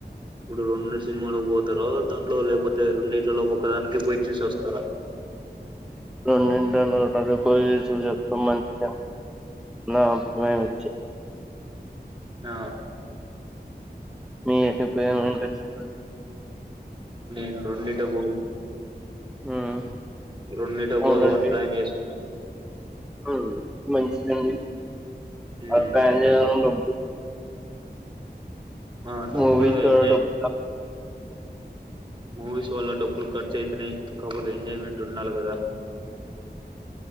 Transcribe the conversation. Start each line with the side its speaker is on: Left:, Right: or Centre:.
Right: ఇప్పుడు రెండు సినిమాలు పోతారు దాంట్లో లేకపోతే రెండు ఇట్లో ఒకదానికి పోయి చూసోస్తరా
Centre: రెండింటిలోఒకటి పోయెసిమై మంచిద నా అమ వచ్చి
Right: ఆ
Centre: మీ అయిపోయానంక చెప్పండి
Right: నేను రెండిట పో
Centre: ఉమ్
Right: రెండిట
Centre: అవునండి
Right: పోదామని ప్లాన్ చేస్తున్నాను
Centre: ఉమ్ మంచి నండి
Right: ఉమ్,
Centre: అబ్బాయి అని దాన్లాలో
Right: ఆ, డబ్బులు
Centre: మూవీ చుడండ
Right: ఎంజాయ్
Centre: మ్
Right: మూవీస్ వాల్ల డబ్బులు కట్ చ్యతునాయి కాకపోతే ఎంజాయ్మెంట్ ఉండాలి కదా